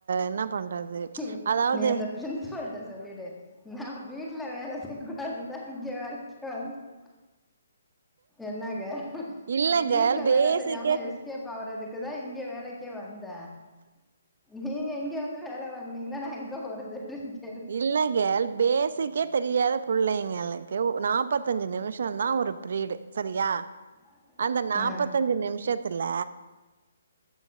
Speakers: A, on the right; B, in the centre.
A: என்ன பண்றது
B: நீ
A: அதாவது
B: நீ அந்த பிரின்சிபல்ட்ட சொல்லிட்டு நா வீட்டுல வேல செய் கூடாதுன்னுதா இங்க வேல க்கு வந்த என்னங்க
A: இல்லங்க
B: வீட்டுல
A: பேசிக்கே
B: வேல செய்யாம எஸ் கேப்பாகறதுக்குதா இங்க வேலைக்கே வந்த நீங்க இங்க வந்து வேல வாங்க னீங்கன்னா நா எங்க போறது அப்டின் கே
A: இல்லங்க பேஸிக்கே தெரியாத புள்ளைங்களுக்கு நாற்பத்தஞ்சி நிமிஷந்தான் ஒரு ப்ரீடு சரியா
B: <inaudible>
A: அந்த நாப்பத்தஞ்சு
B: ஆ
A: நிமிஷத்துல